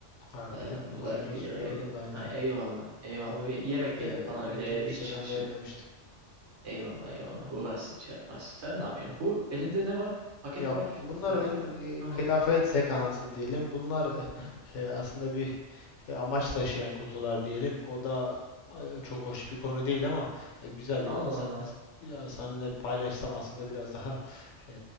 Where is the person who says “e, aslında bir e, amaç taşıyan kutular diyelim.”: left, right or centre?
Left